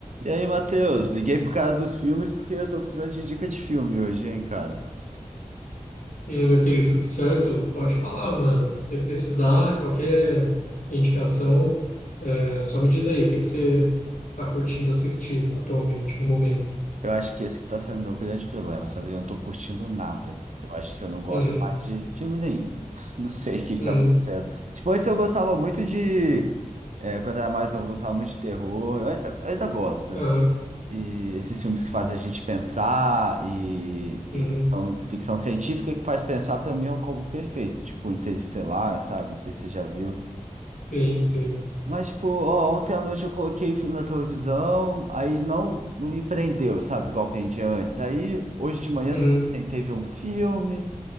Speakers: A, on the right; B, on the left.
A: E aí, Matheus, liguei pro cara dos filmes porque eu tô precisando de dica de filme hoje, hein, cara.
B: E aí, meu querido, tudo certo? Pode falar, mano. Se precisar, qualquer indicação, é, só me diz aí o que que você tá curtindo assistir atualmente, no momento.
A: Eu acho que esse que tá sendo meu grande problema, sabe? Eu não tô curtindo nada. Eu acho que eu não gosto
B: Uhum,
A: mais de filme nenhum. <laughs> Não sei o que que
B: uhum,
A: tá acontecendo. Tipo, antes eu gostava muito de. é, quando era mais novo, eu gostava muito de terror. Eu ainda, eu ainda gosto.
B: aham,
A: E esses filmes que fazem a gente pensar e,
B: uhum.
A: e ficção ficção científica que faz pensar, pra mim, é o combo perfeito. Tipo, Interestelar, sabe? Não sei se você já viu.
B: Sim, sim.
A: Mas, tipo, ó, ontem à noite eu coloquei filme na televisão, aí não, não me prendeu, sabe? Igual prendia antes. Aí, hoje de manhã
B: Uhum.
A: também teve um filme,